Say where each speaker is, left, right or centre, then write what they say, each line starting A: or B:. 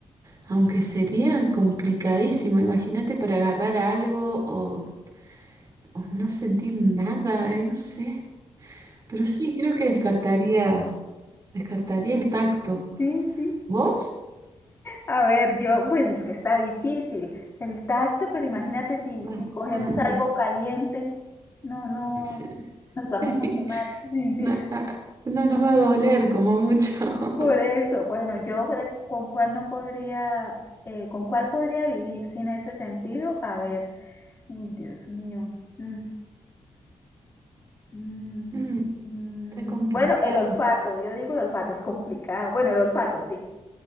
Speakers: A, on the right (about 35°); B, on the left (about 25°).
A: aunque sería complicadísimo. Imagínate para agarrar algo o, o no sentir nada, eh, no sé. Pero sí, creo que descartaría, descartaría el tacto.
B: Sí, sí.
A: ¿Vos?
B: A ver, yo, pues es que está difícil el tacto, pero imagínate si,
A: Bastante.
B: si cogemos algo caliente, no, no,
A: Sí.
B: nos vamos
A: <laughs>
B: a quemar. Sí, sí.
A: No, ah, no nos va a doler como mucho. <laughs>
B: Por eso, bueno, yo de- con cuál no podría, eh, con cuál podría vivir sin ese sentido, a ver, uy, Dios mío. Mm. Mm,
A: Mm,
B: mm,
A: Está complicado.
B: bueno, el olfato, yo digo el olfato, es complicado. Bueno, el olfato, sí.